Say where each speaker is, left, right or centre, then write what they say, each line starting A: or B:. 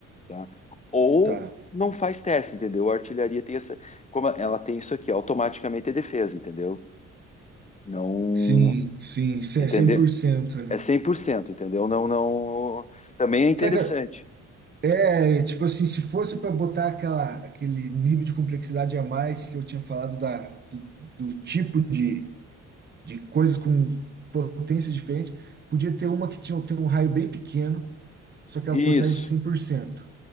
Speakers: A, on the left; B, on the right.
A: tá? Ou
B: tá.
A: não faz teste, entendeu? A artilharia tem essa, como ela tem isso aqui, automaticamente é defesa, entendeu? Não,
B: Sim, sim, isso
A: entender
B: é cem- por cento, né?
A: é cem por cento entendeu? Não, não, também é interessante.
B: Saca, é, tipo assim, se fosse para botar aquela, aquele nível de complexidade a mais que eu tinha falado da, do, do tipo de, de coisas com potências diferentes, podia ter uma que tinha, tem um raio bem pequeno, só que ela
A: Isso,
B: protege cem por cento,